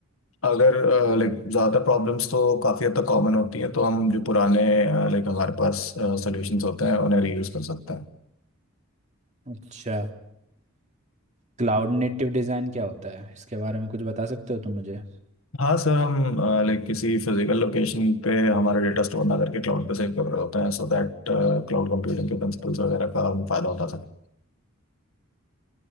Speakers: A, on the left; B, on the right.
A: अगर लाइक ज़्यादा प्रॉब्लम्स तो काफ़ी हद तक कॉमन होती हैं तो हम जो पुराने लाइक हमारे पास सॉल्यूशंस होते हैं उन्हें रीयूज कर सकते हैं
B: अच्छा क्लाउड नेटिव डिज़ाइन क्या होता है इसके बारे में कुछ बता सकते हो तुम मुझे
A: हाँ सर हम लाइक किसी फिजिकल लोकेशन पे हमारा डेटा स्टोर ना करके क्लाउड पे सेव कर रहे होते हैं सो दैट क्लाउड कंप्यूटिंग के प्रिंसिपल्स वगैरह का हम फायदा उठा सकें